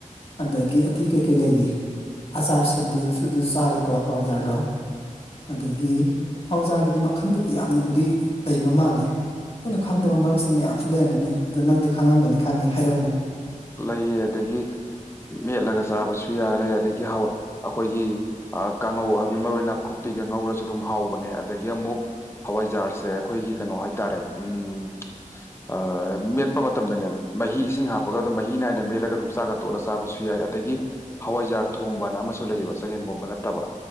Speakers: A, on the left; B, on the left.
A: ꯑꯗꯒꯤ ꯑꯇꯩ ꯀꯩ ꯀꯩ ꯂꯩꯔꯤ ꯑꯆꯥꯔ ꯁꯦꯝꯕꯗꯨꯁꯨ ꯑꯗꯨꯁꯨ ꯆꯥꯔꯦꯀꯣ ꯍꯋꯥꯏꯖꯥꯔꯗꯣ ꯑꯗꯒꯤ ꯍꯋꯥꯏꯖꯥꯔꯒꯤꯗꯤ ꯃꯈꯟꯕꯨꯗꯤ ꯌꯥꯝꯅꯕꯨꯗꯤ ꯂꯩꯕ ꯃꯥꯜꯂꯦ ꯑꯩꯈꯣꯏꯅ ꯈꯪꯗꯕ ꯃꯔꯛꯁ ꯃꯌꯥꯝꯁꯨ ꯂꯩꯔꯝꯒꯅꯤ ꯑꯗꯣ ꯅꯪꯗꯤ ꯈꯪꯉꯝꯒꯅꯤ ꯈꯪꯉꯦ ꯍꯥꯏꯔꯛꯎ
B: ꯂꯩꯌꯦ ꯑꯗꯒꯤ ꯃꯦꯠꯂꯒ ꯆꯥꯕꯁꯨ ꯌꯥ ꯔꯦ ꯑꯗꯒꯤ ꯍꯋꯥ ꯑꯩꯈꯣꯏꯒꯤ ꯑꯥ ꯀꯥꯡꯉꯧ ꯍꯥꯏꯕꯗꯤ ꯃꯔꯣꯏ ꯅꯥꯀꯨꯞꯄꯤꯒ ꯉꯧꯔꯁꯨ ꯑꯗꯨꯝ ꯍꯥꯎꯕꯅꯦ ꯑꯗꯒꯤ ꯑꯃꯨꯛ ꯍꯋꯥꯏꯖꯥꯔꯁꯦ ꯑꯩꯈꯣꯏꯒꯤ ꯀꯩꯅꯣ ꯍꯥꯏꯇꯥꯔꯦ ꯎꯝ ꯑꯥ ꯃꯦꯠꯄ ꯃꯇꯝꯗꯅꯦ ꯃꯍꯤ ꯏꯁꯤꯡ ꯍꯥꯞꯄꯒ ꯑꯗꯨꯝ ꯃꯍꯤ ꯅꯥꯏꯅ ꯃꯦꯠꯂꯒ ꯑꯗꯨꯝ ꯆꯥꯛꯀ ꯇꯣꯠꯂ ꯆꯥꯕꯁꯨ ꯌꯥꯏ ꯑꯗꯒꯤ ꯍꯋꯥꯏꯖꯥꯔ ꯊꯣꯡꯕꯅ ꯑꯃꯁꯨ ꯂꯩꯌꯦꯕ ꯆꯒꯦꯝꯄꯣꯝꯕ ꯅꯠꯇꯕ